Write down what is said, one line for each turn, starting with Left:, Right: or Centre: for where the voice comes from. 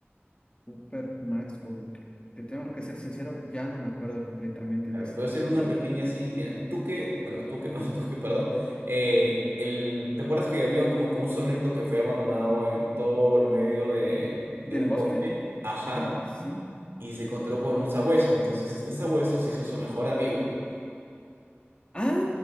Left: Super Max o Duque. Te tengo que ser sincero, ya no me acuerdo completamente
Right: A
Left: de
Right: ver,
Left: esa
Right: te voy
Left: película.
Right: a hacer una pequeña así. Mira, Duque, menos Duque, <laughs> menos Duque, perdón. Eh, el, ¿te acuerdas que había como que un zorrito que fue abandonado en todo el medio de, de
Left: ¿Del
Right: un
Left: bosque?
Right: bosque? Ajá,
Left: Ya, sí.
Right: y se encontró con un sabueso. Entonces este sabueso se hizo su mejor amigo.
Left: Ah,